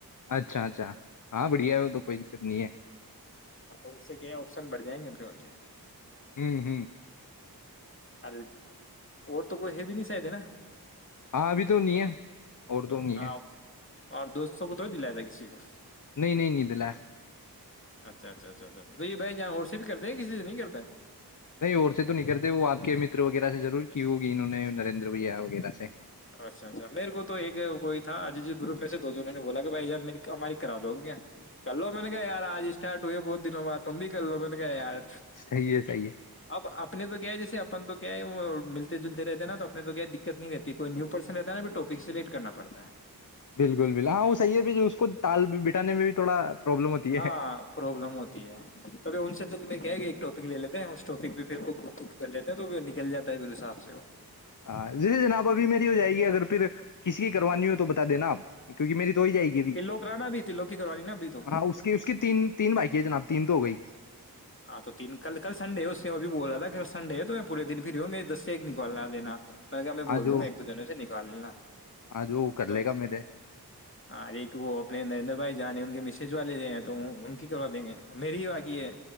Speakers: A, on the left (about 50°); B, on the left (about 30°).
A: اچھا اچھا ہاں بڑھیا ہے ا تو کوئی دقت نہیں ہے
B: ہاں تو اس سے کیا ہے آپشن ب جیں ابڑ و کے
A: ہوں ہوں
B: ارے اور تو کوئی ہے بھی نہیں س د نا
A: ہاں ابھی تو نہیں ہے اورد نہیں
B: ہاں
A: ہے
B: اور دوستوں کو تو دلایا تھا کسی کو
A: نہیں نہیں ند ل
B: اچھا اچھا اچھچ تو یہ بھائی جہاں اور سے بھی کرتے ہیں کسی سے نہیں کرتا ہے
A: نہیں اور سے تو نہیں کرتے وہ آپ کے متر وغیرہ سے ضرور کی ہوگی انہوں نے نریندر بھیا وغیرہ سے
B: اچھا اچھا میرے کو تو ایک کوئی تھاج گروپ میں سے دو دونوں نے بولا کہ بھائی جان ہماری کرا دو گی کیا کر لو میں نے کہ ار آج تھٹ ہوئے بہت دنوں بع تم بھی لو م میں کہ یار
A: صحیح ہے صحیح ہے
B: اب اپنے تو کیا جیسے اپن تو کیا ملتے جلتے رہتے ہیں نا تو اپنے تو کیا دقت نہیں رہتے کوئی نیو پرسن رہتا ہے نا ٹاپک سلیکٹ کرنا پڑتا ہے
A: بالکل بالکل ہاں وہ صحیح ہے ب اس کو تال بٹانے میں بھی تھوڑا پروابلم ہوتی
B: ہاں
A: ہے
B: پروابلم ہوتی ہے توبھی ان سے تو کہ گ ایکٹ لے لیتے ہیں اس ٹاپک بھی پ کر لیتے ہیں تو نکل جا ہے پھر حساب سے وہ
A: ہاں جیسے جناب ابھی میری ہو جائے گی اگر پھر کسی کی کروانی ہو تو بتا دینا آپ کیونکہ میری تو ہی جائے گی ا بھی
B: تلو کرانا بھی تلو کی کروانی نا ابھی تو
A: ہاں اس کی اس کی تین تین بائکی ہے جناب تین تو ہو گئی
B: ہاں تو تین کل کلنڈے ہے اس نے وہ بھی بول رہا تھا کلنڈے ہو تو میں پورے دن پھرری ہو میںے دسے ایک نکالاینا مط کہ میں بول
A: آج
B: دوں
A: وہ
B: گا ایک دو جنوں سے نکال لینا
A: آج وہ کر
B: تو
A: لے گا میرے
B: ہاں ایک وہ اپنے نریندر بھائی جانے ہوں گے م چھجوا لے رہے ہیں تو ان کی کروا دیں گے اور میری ہی باقی ہے